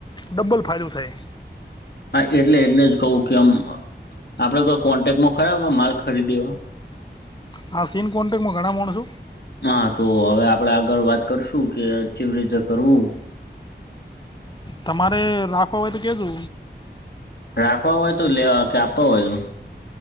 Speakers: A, on the left; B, on the left.
A: ડબલ ફાયદો થાય.
B: હા એટલે એટલે જ કહું કે આમ આપડે કોઈ કોન્ટેક્ટમાં ખરા ક માલ ખરીદે એવા
A: હા સીન કોન્ટેક્ટ માં ઘણા મોનસો
B: હા તો હવે આપણેે આગળ વાત કરશું કે કેવી રીતે કરવુ
A: તમારે રાખવા હોય તો કેજો
B: રાખવા હોય તો લે કે આપવા હોય તો